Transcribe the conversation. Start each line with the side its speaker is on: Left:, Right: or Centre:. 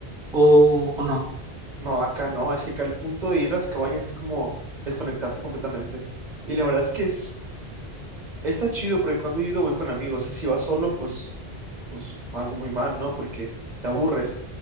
Centre: o, o no?
Right: No, acá no, es que acá el punto de ir a las cabañas es como desconectarte completamente. Y la verdad es que es, está chido porque cuando he ido voy con amigos, o sea, si vas solo, pues, pues algo muy mal, ¿no? Porque te aburres.